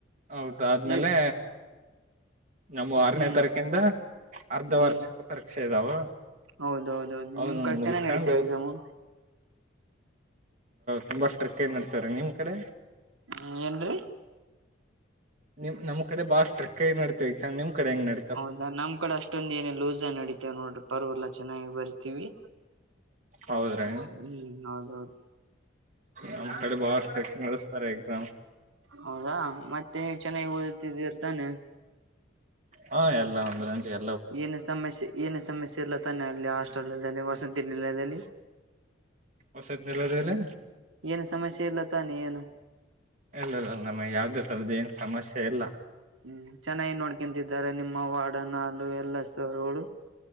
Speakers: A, on the right; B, on the right.
A: ಅವರದ ಆದ್ಮೇಲೆ
B: ಹೇಗ್
A: ನಮೂ ಆರನೇ
B: ಹ್ಮ್
A: ತಾರೀಕಿಂದ ಅರ್ಧ
B: ಹ್ಮ್
A: ವಾರ್ಷಿಕ ಪರೀಕ್ಷೆ ಅದಾವ
B: ಹೌದೌದೌದು
A: ಅವನ್
B: ನಿಮ್ ಕಡೆ
A: ಮುಗುಸ್ಕೊಂಡು
B: ಚೆನ್ನಾಗ್ ನಡೀತಾವ ಎಕ್ಸಾಮು
A: ತುಂಬಾ ಸ್ಟ್ರಿಕ್ ಆಗಿ ನಡೀತಾರೆ ನಿಮ್ಮ ಕಡೆ
B: ಹ್ಮ ಏನ್ರರಿ
A: ನಿಮ್ಮ ನಮ್ ಕಡೆ ಬಾಳ ಸ್ಟ್ರಿಕ್ ಆಗಿ ನಡತವ ಎಕ್ಸಾಮ್ ನಿಮ್ ಕಡೆ ಹೆಂಗ ನಡಿ
B: ಹೌದಾ ನಮ್ಮ ಕಡೆ ಅಷ್ಟೊಂದ ಏನಿಲ್ಲ ಲೂಸ್ ಆಗಿ ನಡಿತೇವ ನೋಡ್ರಿ ಪರ್ಲ್ಲ ಚೆನ್ನಾಗಿ ಬರಿತೀವಿ
A: ಹೌದ್ರಿ
B: ಹ್ಮ್ ಹೌದೌದು ಹ್ಮ್
A: ನಮ್ಮ್ ಕಡೆ ಬಾಳ ಸ್ಟಿಕ್ ಆಗಿ ನಡೆಸ್ತಾರೆ ಎಕ್ಸಾಮ್
B: ಹೌದಾ ಮತ್ತೆ ನೀ ಚೆನ್ನಾಗಿ ಓದುತ್ತಿದ್ದಿರ್ತಾನೆ
A: ಹಾ ಎಲ್ಲಾ ಒಂದು ರೇಂಜಿಂಗ್
B: ಏನ ಸಮಸ್ಯೆ ಏನ ಸಮಸ್ಯೆ ಇಲ್ಲ ತಾನೆ ಅಲ್ಲಿ ಹಾಸ್ಟೆಲ್ನಲ್ಲಿ ವಸತಿ ನಿಲಯದಲ್ಲಿ
A: ವಸತಿ ನಿಲಯದಲ್ಲಿ
B: ಏನು ಸಮಸ್ಯೆ ಇಲ್ಲ ತಾನೆ ಏನು
A: ಇಲ್ಲಲ್ಲ ನಮ ಯಾವುದೇ ತರದ ಏನ್ ಸಮಸ್ಯೆ ಇಲ್ಲ
B: ಹ್ಮ್ ಚೆನ್ನಾಗಿ ನೋಡ್ಕಂತಿದ್ದಾರೆ ನಿಮ್ಮ ವಾರ್ಡ ನಲು ಎಲ್ಲ ಸರುಗಳು